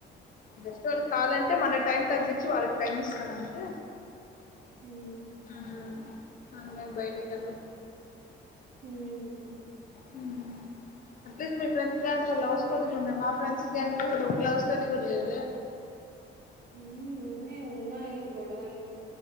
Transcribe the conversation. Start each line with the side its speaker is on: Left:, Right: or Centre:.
Left: జస్ట్ వాళ్ళకి కావాలంటే మన టైం తగ్గించి వాళ్ళకి టైం ఇస్తానంటే
Right: హు
Left: హ్ అందరం బయటికెళ్ళం
Right: హు
Left: హ్ అట్లీస్ మీ ఫ్రెండ్స్ గ్యాంగ్స్ లవర్స్ స్టోరీ లు ఉన్నాయి. మా ఫెండ్స్ గ్యాంగ్ లో కూడా ఒక లవ్ స్టోరీ కూడా లేదే
Right: ఉంది. ఉన్నాయి ఉన్నాయి గొడవలు